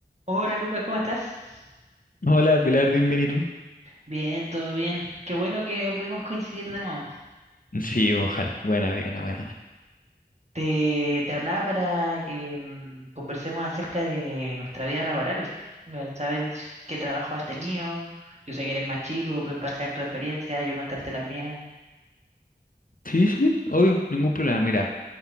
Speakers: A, on the right; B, on the left.
A: Hola Lucas, ¿cómo estás?
B: Hola Pilar, bien, bien, ¿y tú?
A: Bien, todo bien. Qué bueno que pudimos coincidir de nuevo.
B: Sí, ojalá. Buena, buena, buena, buena.
A: Te, te hablaba para que mm, conversemos acerca de nuestra vida laboral, eh, saber qué trabajo has tenido. Yo sé que eres más chico, puedes pasar tu experiencia, yo contarte la mía.
B: Sí, sí, obvio, ningún problema. Mira,